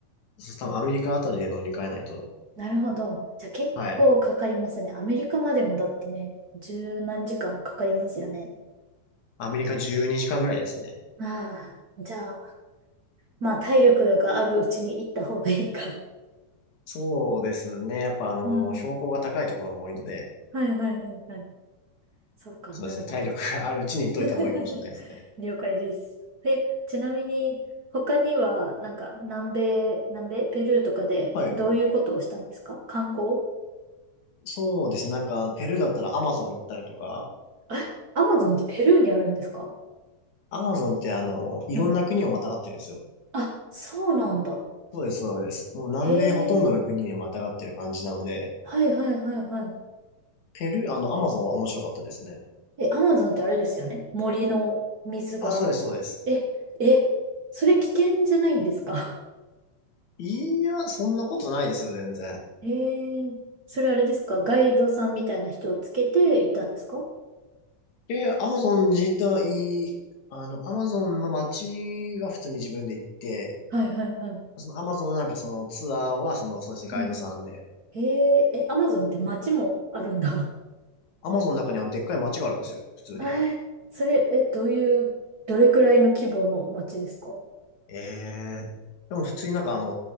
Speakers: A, on the left; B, on the right.
A: そう多分アメリカあたりで乗り換えないと。
B: なるほど。じゃあ結構かかりますね。
A: はい。
B: アメリカまでもだってね、十何時間かかりますよね。
A: アメリカ12時間ぐらいですね。
B: ああ、じゃあ、まあ、体力があるうちに行った方がいいか。
A: そうですね。やっぱ、あの、
B: うん。
A: 標高が高いところも多いので、
B: はいはいはいはい。そうか、
A: そうですね。
B: なるほど。
A: 体力があるうちに行っといた方がいいかもしれないですね。
B: <laughs> 了解です。え、ちなみに、他には、なんか、南米、南米、ペルーとかで、
A: はい
B: どういうことをしたんですか観光
A: そうですね。なんか、ペルーだったらアマゾン行ったりとか、
B: あ <laughs> アマゾンってペルーにあるんですか
A: アマゾンってあの、いろんな国をまたがってるんですよ。
B: うん。あ、そうなんだ。
A: そうです、そうです。もう南米ほとんどの国にまたがってる感じなので、
B: へえ、はいはいはいは
A: ペルー、あの、アマゾンは面白かったですね。
B: い。え、アマゾンってあれですよね。森の水が。
A: あ、そうです、そうです。
B: え、え、それ危険じゃないんですか
A: いや、そんなことないですよ、全然。
B: ええそれあれですかガイドさんみたいな人をつけていたんですか
A: で、アマゾン自体、あの、アマゾンの街は普通に自分で行って、
B: はいはいはい。
A: そのアマゾンのなんかそのツアーは、その、そうですね、ガイドさんで。
B: うんうん。えええ、アマゾンって街もあるんだ。
A: アマゾンの中にはでっかい街があるんですよ、
B: <laughs>
A: 普通に。
B: えーそれ、え、どういう、どれくらいの規模の街ですか
A: ええでも普通になんかあの